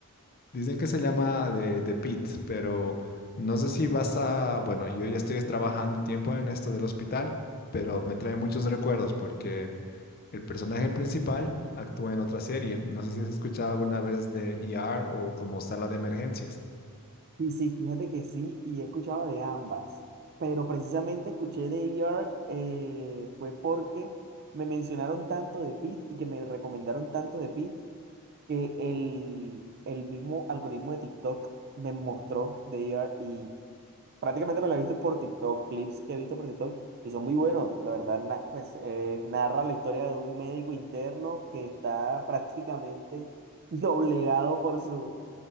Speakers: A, on the left; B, on the right.
A: Dicen que se llama de The Pit, pero no sé si vas a, bueno, yo ya estoy trabajando tiempo en esto del hospital, pero me trae muchos recuerdos porque El personaje principal actúa en otra serie. No sé si has escuchado alguna vez de ER o como Sala de Emergencias.
B: Sí, sí, fíjate que sí, y he escuchado de ambas, pero precisamente escuché de ER eh, fue porque me mencionaron tanto de Pit y que me recomendaron tanto de Pit que el, el mismo algoritmo de TikTok me mostró de ER Prácticamente me lo he visto por TikTok, clips que he visto por TikTok, y son muy buenos. La verdad, na- pues, eh, narra la historia de un médico interno que está <laughs> prácticamente doblegado por su,